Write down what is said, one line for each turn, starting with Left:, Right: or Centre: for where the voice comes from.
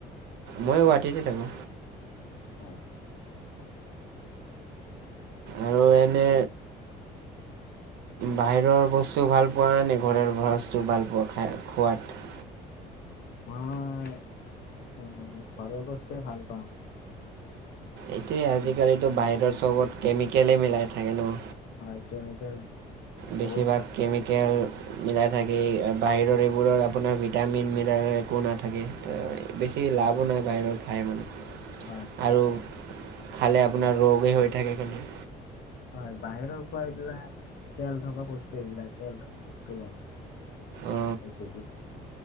Right: মইয় গুৱাহাটীতে থাকো।
Left: হয়।
Right: আৰু এনে বাহিৰৰ বস্তু ভাল পোৱা নে ঘৰৰ বস্তু ভাল পোৱা খাই খোৱাত?
Left: মই উম, ঘৰৰ বস্তুই ভাল পাওঁ।
Right: এইটোয়ে
Left: আমি।
Right: আজিকালিতো বাহিৰৰ চবত কেমিকলে মিলাই থাকে ন'?
Left: হয় কেমিকেল মানে
Right: বেছিভাগ
Left: বহুত মানে
Right: কেমিকেল মিলাই থাকে এই বাহিৰৰ এইবোৰৰ আপোনাৰ ভিটামিন মিলালেও একো নাথাকে বেছি এ লাভো নাই বাহিৰৰ খাই মানে।
Left: হয়, হয়,
Right: আৰু খালে আপোনাৰ ৰোগেই হৈ থাকে খালি।
Left: হয় বাহিৰৰ খোৱা এইবিলাক তেল থকা বস্তু এইবিলাক তেল থকা বস্তু বনাই।
Right: অ,
Left: এইবিলাক বেছি ভাল।